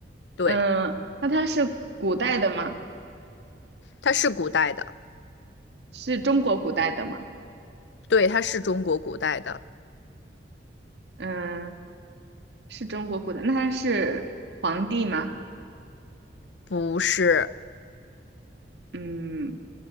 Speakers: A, on the left (about 75°); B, on the right (about 70°).
A: 对，
B: 嗯，那他是古代的吗？
A: 他是古代的，
B: 是中国古代的吗？
A: 对，他是中国古代的，
B: 嗯。是中国古代，那他是皇帝吗？
A: 不是，
B: 嗯，